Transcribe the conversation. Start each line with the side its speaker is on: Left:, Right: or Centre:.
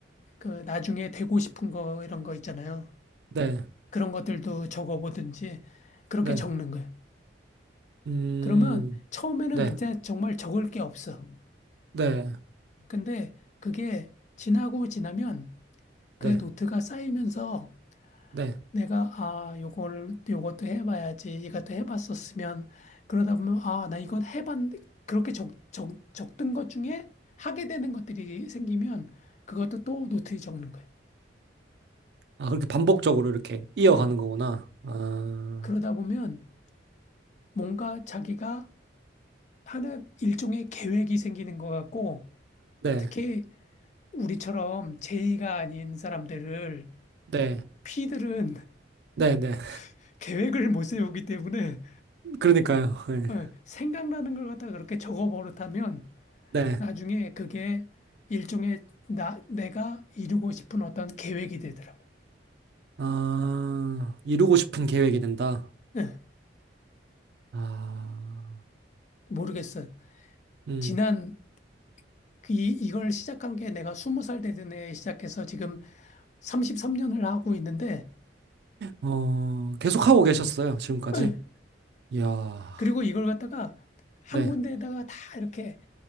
Left: 그 나중에 되고 싶은 거 이런 거 있잖아요.
Right: 네,
Left: 그런 것들도 적어보든지 그렇게
Right: 네,
Left: 적는 거예요
Right: 음,
Left: 그러면 처음에는
Right: 네,
Left: 진짜 정말 적을 게 없어.
Right: 네,
Left: 근데 그게 지나고 지나면 그
Right: 네,
Left: 노트가 쌓이면서
Right: 네.
Left: 내가 아, 요걸 요것도 해봐야지. 이것도 해봤었으면 그러다 보면 아, 나 이건 해봤 그렇게 적, 적, 적던 것 중에 하게 되는 것들이 생기면 그것도 또 노트에 적는 거예요.
Right: 아, 그렇게 반복적으로 이렇게 이어가는
Left: 음.
Right: 거구나. 아,
Left: 그러다 보면 뭔가 자기가 하는 일종의 계획이 생기는 것 같고
Right: 네.
Left: 특히 우리처럼 제의가 아닌 사람들을
Right: 네.
Left: P들은
Right: 네네.
Left: <laughs> 계획을 못 세우기 때문에
Right: 그러니까요. 네.
Left: 어, 생각나는 걸 갖다가 그렇게 적어 버릇하면
Right: 네.
Left: 나중에 그게 일종의 나, 내가 이루고 싶은 어떤 계획이 되더라고.
Right: 아, 이루고 싶은 계획이 된다.
Left: 예,
Right: 아,
Left: 모르겠어.
Right: 음,
Left: 지난 그 이, 이걸 시작한 게 내가 스무 살 되던 해에 시작해서 지금 33년을 하고 있는데
Right: 어, 계속 하고 계셨어요, 지금까지.
Left: 예,
Right: 이야,
Left: 그리고 이걸 갖다가 한
Right: 네,
Left: 군데에다가 다 이렇게